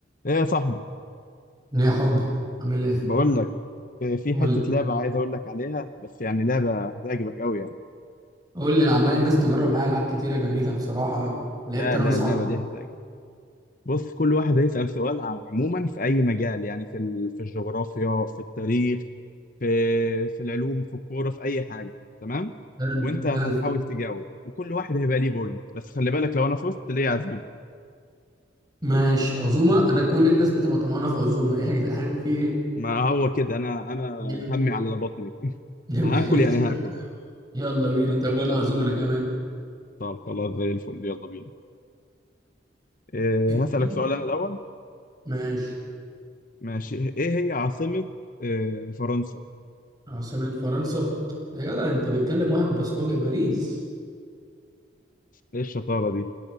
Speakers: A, on the left; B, on the right.
A: ايه يا صاحبي
B: يا حبي عامل ايه
A: بقول لك إيه، في
B: قول
A: حتة
B: لي
A: لعبة عايز اقول لك عليها بس يعني لعبة هتعجبك قوي يعني
B: قول لي انا عمال الناس تجرب معايا العاب كتيره جميله بصراحه لعبت
A: لا
B: انا
A: لا
B: واصحابي
A: اللعبة دي هتعجبك بص كل واحد هيسأل سؤال عم- عموما في اي مجال يعني في ال- في الجغرافيا في التاريخ في في العلوم في الكورة في اي حاجة تمام
B: حلو
A: وانت هتحاول
B: حلو
A: تجاوب وكل واحد هيبقى ليه بوينت بس خلي بالك لو انا فزت ليه عزوم
B: ماشي عزومه انا كل الناس بتبقى طمعانه في عزومه <laughs> ايه يا جدعان في ايه
A: ما هو كده انا انا
B: ماشي
A: همي على بطني <laughs>
B: <laughs>
A: هاكل
B: ماشي،
A: يعني هاكل
B: يلا بينا طب وانا عزومه انا كمان
A: طب خلاص زي الفل يلا بينا إيه،
B: ابتدي.
A: هسألك سؤال انا الاول
B: ماشي
A: ماشي ايه هي عاصمة آه، فرنسا؟
B: عاصمه فرنسا يا جدع انت بتكلم واحد بصمجي باريس
A: ايه الشطارة دي؟